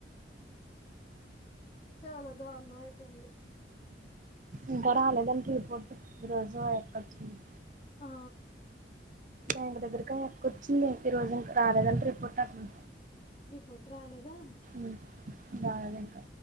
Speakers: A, on the left; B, on the right.
A: చాలా దారుణం అయిపోయింది
B: ఇంకా రాలేదానికి రిపోర్టు రోజు ఎక్కచ్చంట
A: ఆ
B: బ్యాంక్ దగ్గరకని అక్క వచ్చింది ఏం ఈ రోజు ఇం రాలేదంటే రిపోర్ట్ అక్కడ
A: రిపొట్ రాలేదా
B: ఉ బాగా నే ఇంకా